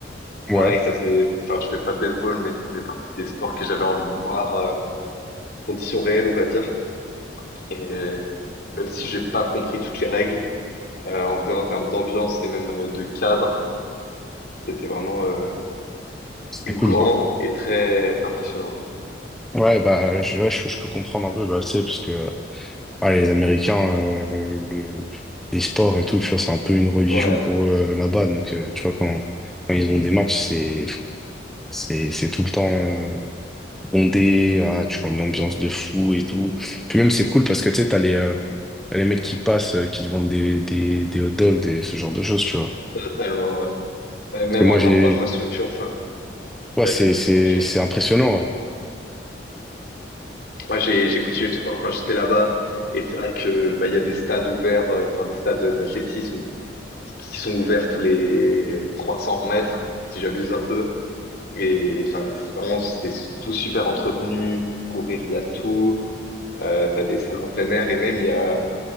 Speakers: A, in the centre; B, on the left (about 55°).
A: Ouais,
B: Pareil, ça faisait. Enfin, je fais pas de baseball, mais ça faisait partie des sports que j'avais envie de voir, euh, conditions réelles, on va dire. Et même si j'ai pas compris toutes les règles, euh, en vrai, en termes d'ambiance et même euh, de cadre. C'était vraiment euh,
A: c'était
B: grand
A: cool, quoi.
B: et très impressionnant.
A: Ouais, bah, je, ouais, je, je peux comprendre un peu, bah, tu sais, parce que ah, les Américains, euh, le- les sports et tout, tu vois, c'est un peu une religion
B: Ouais, Ouais,
A: pour eux euh, là-bas, donc euh, tu vois quand quand ils ont des matchs, c'est c'est c'est tout le temps. euh, bondé, ah, tu vois une ambiance de fou et tout. Puis même, c'est cool parce que tu sais, t'as les, euh, t'as les mecs qui passent, euh, qui te vendent des, des, des hot dogs, des, ce genre de choses, tu vois.
B: totalement. Ouais. Ouais, même
A: Parce que moi,
B: en termes
A: j'ai,
B: d'infrastructure, enfin,
A: ouais,
B: vas-y,
A: c'est, c'est,
B: je t'en
A: c'est
B: prie.
A: impressionnant, ouais.
B: Moi, j'ai j'ai continué le sport quand j'étais là-bas, et c'est vrai que bah, il y a des stades ouverts, euh, enfin des stades d'athlétisme qui sont ouverts tous les 300 mètres, si j'abuse un peu. Et enfin, c'est vraiment, c'est tout super entretenu. Pour courir, il y a tout. Euh, t'as des salles en plein air, et même il y a,